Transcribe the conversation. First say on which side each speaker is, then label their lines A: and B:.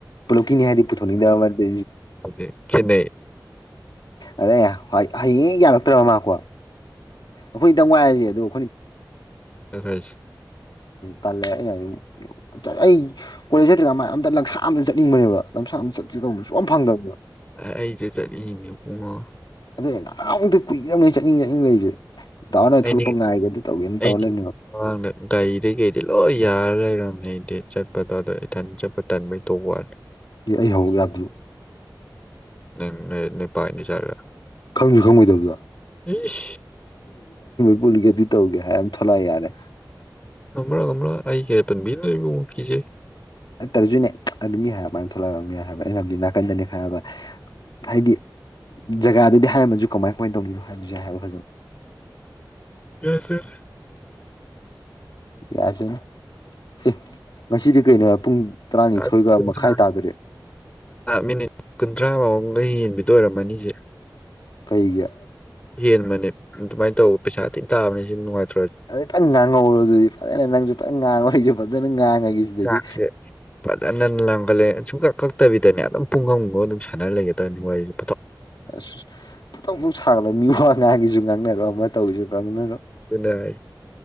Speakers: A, on the left; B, on the left.
A: ꯄꯨꯂꯣꯛꯀꯤꯅꯤ ꯍꯥꯏꯗꯤ ꯄꯨꯊꯣꯛꯅꯤꯡꯗꯕꯗ
B: ꯑꯗꯨꯗꯤ ꯈꯦꯠꯅꯩ
A: ꯑꯗꯦ ꯍꯌꯦꯡ ꯌꯥꯔꯛꯇ꯭ꯔꯕ ꯃꯥꯀꯣ ꯑꯩꯈꯣꯏ ꯇꯪ ꯋꯥꯥꯏꯔꯁꯦꯗꯣ
B: ꯁꯐꯥꯏꯁ
A: ꯇꯜꯂꯦ ꯑꯩꯅꯝ ꯑꯩ ꯀꯣꯂꯦꯖ ꯆꯠꯇ꯭ꯔꯒ ꯃ ꯑꯝꯇ ꯂꯝꯁꯥꯡ ꯑꯝꯇ ꯆꯠꯅꯤꯡꯕꯅꯦꯕ ꯂꯝꯁꯥꯡ ꯑꯃ ꯆ ꯇꯁꯨ ꯌꯥꯝ ꯐꯪꯗꯕ꯭ꯔ
B: ꯑꯩꯁꯦ ꯆꯠꯅꯤꯡꯉꯤꯅꯤ ꯏꯕꯨꯡꯉꯣ
A: ꯑꯗꯣ ꯅꯍ ꯑꯃꯨꯛꯇ ꯀꯨꯏꯔꯅꯤ ꯆꯠꯅꯤꯡ ꯆꯠꯅꯤꯡ ꯂꯩꯔꯤꯁꯦ ꯗꯥ ꯍꯣꯏꯅ
B: ꯑꯩꯗꯤ
A: ꯊꯣꯛꯂꯛꯄ ꯉꯥꯏꯒꯦ ꯑꯗꯨ ꯇꯧꯒꯦꯅ ꯇꯧꯔ
B: ꯑꯩꯗꯤ
A: ꯂꯩꯕꯅꯦꯕ
B: ꯑꯥꯡꯗ ꯒꯥꯔꯤꯗ ꯀꯩꯗꯤ ꯂꯣꯏ ꯌꯥꯔ ꯂꯩ ꯔꯝꯩꯗꯤ ꯆꯠꯄꯗꯗ ꯏꯊꯟ ꯆꯠꯄ ꯇꯟꯕꯩ ꯇꯣꯛ ꯋꯥꯅꯤ
A: ꯑꯩ ꯍꯧꯔꯛ ꯌꯥꯕꯗꯨ
B: ꯅꯪ ꯅꯨ ꯄꯥꯏꯅꯤ ꯁꯥꯔꯒ
A: ꯈꯪꯁꯨ ꯈꯪꯉꯣꯏꯗꯕꯗ
B: ꯃꯤꯁ
A: ꯄꯨꯜꯂꯨꯒꯦ ꯑꯗꯨ ꯇꯧꯒꯦ ꯍꯥꯏꯔ ꯑꯗꯨꯝ ꯊꯣꯛꯂꯛꯑ ꯌꯥꯔꯦ
B: ꯃ ꯀ ꯀꯦ ꯄꯟꯕꯤꯅꯔꯤꯕꯨꯡꯉ ꯀꯖꯦ
A: ꯍꯠꯇ꯭ꯔꯔꯁꯨꯅꯦ ꯑꯗꯨ ꯃꯤ ꯍꯥꯏꯃꯥꯏꯅ ꯊꯣꯛꯂꯛꯑꯕꯅꯤ ꯍꯥꯏꯕ ꯑꯩꯅꯕꯗꯤ ꯅꯥꯀꯟꯗꯅꯤ ꯈꯜꯕ ꯍꯥꯏꯗꯤ ꯖꯒꯥꯗꯨꯗꯤ ꯍꯥꯏꯔꯝꯃꯁꯨ ꯀꯃꯥꯏ ꯀꯃꯥꯏꯅ ꯇꯧꯅꯤꯅꯣ ꯍꯥꯏꯕꯗꯨꯁꯨ ꯍꯥꯏ
B: ꯌꯥꯁꯦꯆꯦ
A: ꯌꯥꯁꯅ ꯑꯦ ꯉꯁꯤꯗꯤ ꯀꯩꯅꯣ ꯄꯨꯡ ꯇꯔꯥꯅꯤꯊꯣꯏꯒ
B: ꯑ ꯀꯨꯟꯊ꯭ꯔꯥ
A: ꯃꯈꯥꯏ ꯇꯥꯗꯔꯦ <inaudible>
B: ꯃꯤꯅꯤꯠ ꯀꯨꯟꯊ꯭ꯔꯥ ꯃꯥꯎꯗ ꯌꯦꯟꯕꯤꯗ ꯑꯣꯏꯔꯝꯃꯅꯤꯁꯦ
A: ꯀꯩꯒꯤ
B: ꯆꯦꯟꯕꯅꯦ ꯑꯗꯨꯃꯥꯏꯅ ꯇꯧꯕ ꯄꯩꯁꯥ ꯊ ꯇꯥꯕꯅꯦ ꯁꯤ ꯅꯨꯡꯉꯥꯏꯇꯦ
A: ꯑꯗꯨ ꯐꯅ ꯉꯥꯡꯍꯧꯔꯣ ꯑꯗꯨꯗꯤ ꯐꯖꯅ ꯅꯪꯁꯨ ꯐ ꯉꯥꯡꯉꯒꯦ ꯐꯖꯅ ꯉꯥꯡꯉꯒꯤ ꯁꯤꯗꯗꯤ
B: ꯆꯥꯛꯁꯦ ꯐꯖꯅ ꯂꯥꯡꯒꯠꯂꯦ ꯁꯨꯡꯨꯝ ꯀꯛ ꯀꯛꯇꯕꯤꯗꯅꯦ ꯑꯗꯨꯝ ꯄꯨꯡꯒꯝꯒ ꯑꯗꯨꯝ ꯁꯥꯟꯅ ꯂꯩꯒꯦꯗꯕꯅꯤ ꯋꯥꯔꯤꯁꯨ
A: ꯑꯁ ꯑꯁ ꯐꯊꯣꯛ ꯁꯥꯡꯕ ꯃꯤ ꯋꯥꯉꯥꯡꯒꯤꯁꯨ ꯉꯥꯡꯅꯔꯣ ꯑꯃ ꯇꯧꯒꯤꯁꯨ ꯉꯥꯡꯅꯔꯣ
B: ꯍꯥꯏ